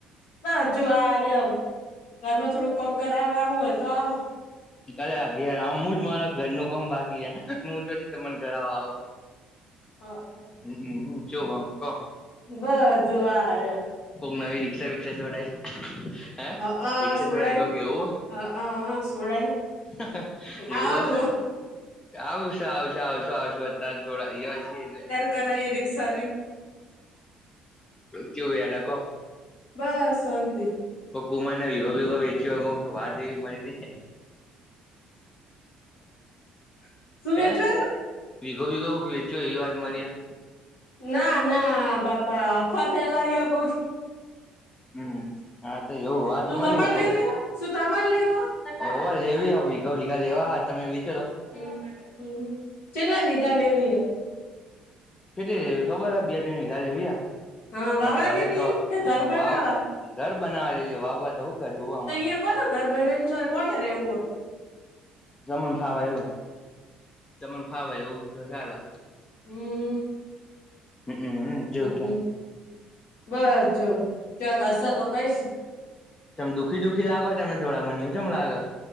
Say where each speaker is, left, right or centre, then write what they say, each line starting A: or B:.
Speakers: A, on the left; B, on the left.
A: બસ જો, આ રહ્યા, ઘરમાં થોડું કોમ કરાવ આવું હોય તો આવો.
B: અલ્યા ઘેર, આમ હું જ મારા ઘરનું કામ બાકી છેને, હું ચ્યાથી તમન કરાવા આવું?
A: હા.
B: હમ, ચ્યું હ, કો.
A: બસ જો, આ રયા
B: કોક નવી રિક્ષા બિક્ષા છોડાઇ? હે?
A: હઅ
B: રિક્ષા
A: સોડાઈ
B: છોડાઈ કાક એવું
A: હઅ સોડાઈ
B: હ? એવું
A: આવો જો
B: હ? આવશો, આવશું, આવશો, આવશો, અત્યારે થોડા એવા છી એટલે.
A: કરોએ રિક્ષાની
B: ચેવું હેડે કો
A: બસ, સોંતિ.
B: તો કુમારને વીગો બીગો વેચ્યો કે વાત એવી મલીતી!
A: <inaudible> સુ વેચવાનું?
B: હે વીઘો વીઘો કોક વેચ્યો એવી વાત મળી એમ
A: ના, ના, બાપા અફા ફેલાય હો કોક
B: હમ હા તો એવું <unintelligible> વાત
A: શું
B: મળી
A: તમારે
B: કે
A: લેવી
B: હોવ,
A: શું તમારે લેવો
B: લેવી હ વીઘા ભીઘા લેવા હ, તમે વિત
A: <unintelligible> ચેટલા વિઘા લેવીય?
B: કેટલી લેવી, ખબર હ? બે ત્રણ વઘા લેવીહ
A: હા વાવા
B: અને ઘરે
A: લેવી
B: તો
A: હે કે ઘર બનાવા
B: વાવ ઘર બનાવવા લેવી હ, વાવવા તો હું કરે જોવા
A: તો
B: મ
A: અહિયાં કોનું ઘર બને? ન ચોય કોને રેવુ હ?
B: તમન ફાવે એવું, તમન ફાવે એવું તો ચાલે
A: હમ.
B: હમમમ જો ક્યાં
A: હમ બસ જો, ક્યાંક હસે તો કઈસ.
B: ચ્યમ દુઃખી દુખી લાગો તમે થોડા, મન્યું કેમ લાગ?